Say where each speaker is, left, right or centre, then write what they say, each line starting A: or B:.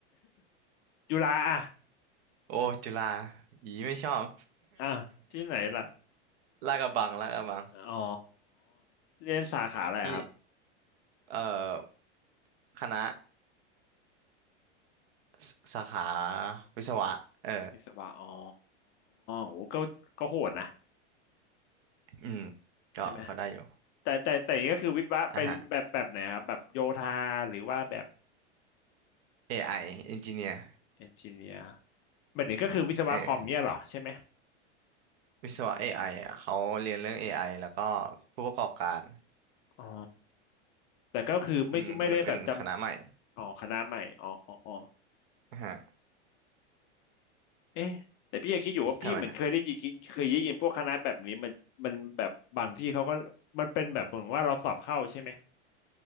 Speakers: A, on the left; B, on the right.
A: จุฬาอ่ะ
B: <laughs> โอ้จุฬาอีไม่ชอบ
A: อ่ะที่ไหนล่ะ
B: <laughs> ลาดกระบังลาดกระบัง
A: อ๋อเรียนสาขาอะไรอะครับ
B: ที่เอ่อคณะสสาขาวิศวะเออ
A: วิศวะอ๋อโหก็ก็โหดนะ
B: อืมก็ก็ได้อยู่
A: ใช่ไหมแต่แต่แต่อย่างนี้ก็คือวิศวะไปแบบแบบไหนอะครับแบบโยธาหรือว่าแบบ
B: อ่ะฮะ AI Engineer
A: เอนจิเนียร์แบบนี้ก็คือวิศวะคอมเนี่ยเหรอใช่ไหม
B: เออ วิศวะ AI อไออ่ะเขาเรียนเรื่อง AI แล้วก็ผู้ประกอบการ
A: อ๋อแต่ก็คือไม่ไม่ได้แบบจำอ๋อคณะใหม่อ๋ออ๋ออ๋อ
B: อืมมันเป็นคณะใหม่นะฮะ
A: เอ๊ะแต่พี่ยังคิดอยู่ว่าพี่เหมือนเคยได้ยินเคยได้ยินพวกคณะแบบนี้มันมันแบบบางที่เขาก็มันเป็นแบบเหมือนว่าเราสอบเข้าใช่ไหม
B: ทำไมนะ